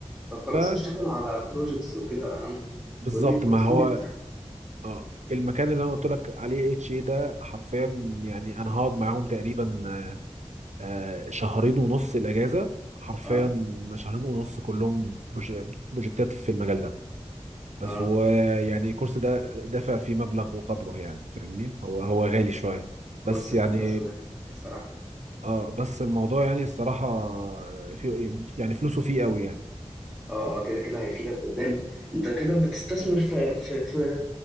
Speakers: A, in the centre; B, on the right.
A: طب خلاص
B: ف
A: اشتغل على بروجكتس وكده اهم
B: بالظبط
A: وابني بورتفوليو
B: ما هو
A: بتاعك
B: اه المكان اللي انا قلت لك عليه اتش اي ده حرفيا يعني انا هقعد معاهم تقريبا آه، آه، شهرين ونص الاجازه حرفيا
A: اه
B: شهرين ونص كلهم بروج- بروجكتات في المجال ده بس
A: اه
B: ويعني الكورس ده دفع فيه مبلغ وقدره يعني فاهمني هو هو غالي شويه
A: كورسات
B: بس يعني
A: هندسه ده الصراحه
B: اه بس الموضوع يعني الصراحه في يعني فلوسه فيه قوي يعني
A: اه اه كده كده هيفيدك قدام انت كده بتستثمر في في في